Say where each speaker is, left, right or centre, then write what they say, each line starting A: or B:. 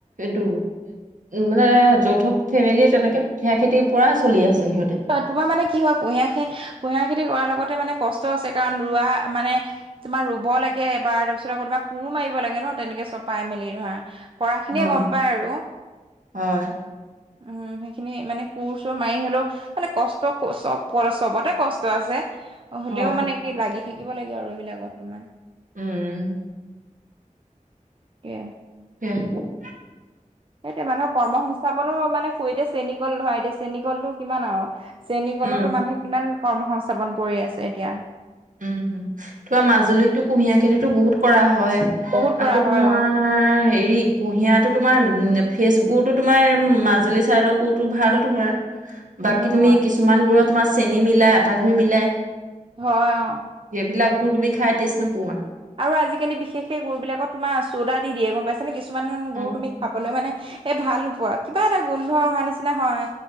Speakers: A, on the right; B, on the right.
A: দু, মানে যৌথক ফেমিলীয়ে তেনেকে কুহিয়াৰ খেতিৰ পৰা চলি আছে, সিহঁতে।
B: তোমাৰ মানে কি হয়, কুঁহিয়াৰ খে, কুঁহিয়াৰ খেতি কৰাৰ লগতে মানে কষ্ট আছে, কাৰণ ৰোৱা মানে তোমাৰ ৰুব লাগে এবাৰ, তাৰপিছত আকৌ তোমাৰ কোৰো, মাৰিব লাগে ন, তেনেকে চপাই মেলি ধৰা। কৰা খিনিয়ে
A: হয়।
B: গম পায়, আৰু।
A: হয়
B: উম, সেইখিনি মানে কোৰ-চোৰ মাৰি হ'লেও মানে কষ্ট চ'ব, চবতে কষ্ট আছে। হ'লেও
A: হয়
B: মানে সেই লাগি থাকিব লাগে আৰু, এইবিলাকত তোমাৰ।
A: উম,
B: <unintelligible>
A: <inaudible>
B: এয়া মানুহৰ কৰ্ম সংস্থাপনো মানে হুতে, এতিয়া চেনী কল ধৰা এতিয়া চেনী কলটো কিমান আৰু। চেনী,
A: উম
B: কলতো মানুহে কিমান কৰ্ম সংস্থাপন কৰি আছে এতিয়া।
A: উম, তোমাৰ মাজুলীতটো কুঁহিয়াৰ খেতিতো বহুত কৰা হয়।
B: বহুত কৰা
A: আকৌ,
B: হয়
A: তোমাৰ
B: অ',
A: হেৰি কুঁহিয়াটো তোমাৰ ফেচ গুৰতো, তোমাৰ মাজুলী চাইদৰ গুৰতো ভাল তোমাৰ।
B: উম
A: বাকী তুমি
B: হয়।
A: কিছুমান গুৰত তোমাৰ চেনি মিলাই, আটা গুৰি মিলাই।
B: হয়, অ,
A: সেইবিলাক, গুৰ তুমি খাই টেচ নোপোৱা।
B: আৰু আজিকালি বিশেষকে গুৰ বিলাকত তোমাৰ চ'দা দি দিয়ে গম পাইছ নে, কিছুমান
A: অ
B: গুৰ তুমি খাবলৈ মানে এই ভাল নোপোৱা, কিবা এটা গোন্ধ অহা নিচিনা হয়।